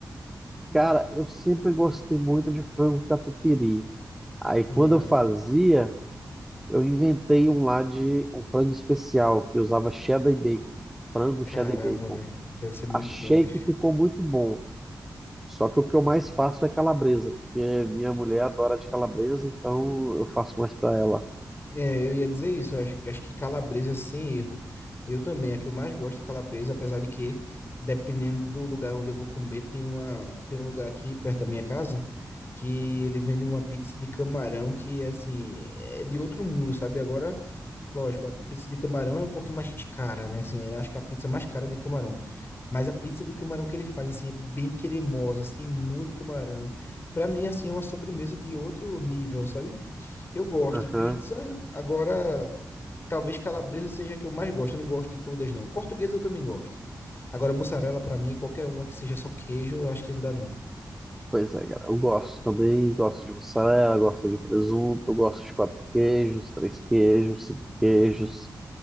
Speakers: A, in the centre; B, on the left.
A: Cara, eu sempre gostei muito de frango catupiry. Aí quando
B: Hum,
A: eu fazia, eu inventei um lá de um frango especial que usava cheddar e bacon, frango
B: caramba,
A: cheddar e bacon.
B: velho. Deve ser muito
A: Achei
B: bom, bicho.
A: que ficou muito bom. Só que o que eu mais faço é calabresa, porque minha mulher adora de calabresa, então eu faço mais pra ela.
B: É, eu ia dizer isso, eu acho, acho que calabresa é sem erro. Eu também, a que eu mais gosto é calabresa, apesar de que, dependendo do lugar onde eu vou comer, tem uma, tem um lugar aqui perto da minha casa que ele vende uma pizza de camarão que, assim, é de outro mundo, sabe? Agora, lógico, a pizza de camarão é um pouquinho mais cara, né? Assim, eu acho que a pizza mais cara é de camarão. Mas a pizza de camarão que ele faz, assim, é bem cremosa, assim, tem muito camarão. Pra mim, assim, é uma sobremesa de outro nível, sabe? Eu gosto
A: Aham,
B: de pizza, agora talvez calabresa seja a que eu mais gosto. Eu não gosto de todas, não. Portuguesa eu também gosto. Agora, mussarela, pra mim, qualquer uma que seja só queijo, eu acho que não dá, não.
A: Pois é, cara. Eu gosto também, gosto de mussarela, gosto de presunto, gosto de quatro queijos, três queijos, cinco queijos.